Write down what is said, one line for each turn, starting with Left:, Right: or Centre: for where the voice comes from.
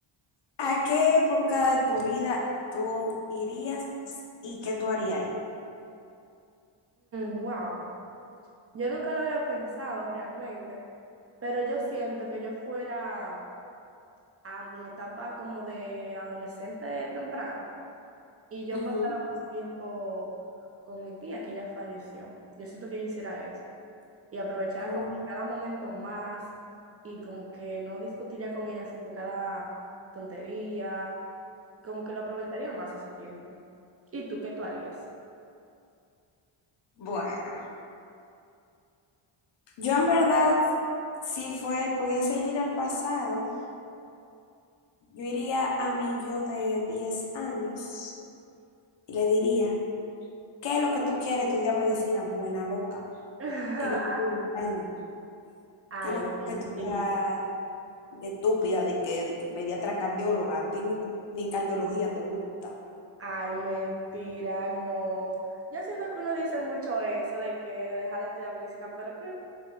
Left: ¿a qué época de tu vida tú irías y qué tú harías ahí?
Right: wow, yo nunca lo había pensado realmente, pero yo siento que yo fuera a mi etapa como de adolescente temprana y yo
Left: Ujú.
Right: pasara más tiempo con mi tía que ella falleció. Yo siento que yo hiciera eso y aprovechara
Left: Oh,
Right: como cada momento más y como que no discutiría con ella así por cada tontería, como que lo aprovecharía más ese tiempo. ¿Y tú qué tú harías?
Left: Bueno. Yo en verdad, si fue, pudiese ir al pasado, yo iría a mi yo de 10 años y le diría, ¿qué es lo que tú quieres estudiar medicina? Buena loca.
Right: <laughs>
Left: ¿Qué es lo que tú buscando?
Right: Ay,
Left: ¿Qué es lo
Right: mentira,
Left: que tú estás de estúpida, de que, de que pediatra cardióloga? A ti ni, ni cardiología te gusta.
Right: ay, mentira, no. Yo siento que uno dice mucho eso de que deja de estudiar medicina, pero que